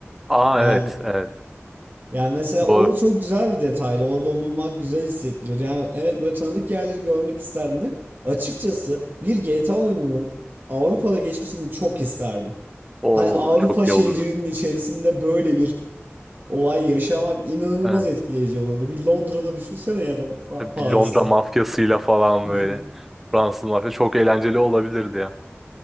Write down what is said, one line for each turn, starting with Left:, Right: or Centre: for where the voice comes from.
Centre: Aa
Right: Yani
Centre: evet evet.
Right: yani mesela
Centre: Doğru.
Right: o çok güzel bir detaydı. Orada bulunmak güzel hissettiriyor. Yani evet böyle tanıdık yerleri görmek isterdim ve açıkçası bir GTA oyununun Avrupa'da geçmesini çok isterdim.
Centre: O
Right: Hani Avrupa
Centre: çok
Right: <laughs> şehrinin
Centre: iyi olurdu.
Right: içerisinde böyle bir olay yaşamak inanılmaz
Centre: Evet.
Right: etkileyici olurdu. Bir Londra'da düşünsene ya da Fa-
Centre: Bir
Right: Paris'te.
Centre: Londra mafyasıyla falan
Right: <laughs>
Centre: böyle. Fransız mafya çok eğlenceli olabilirdi ya.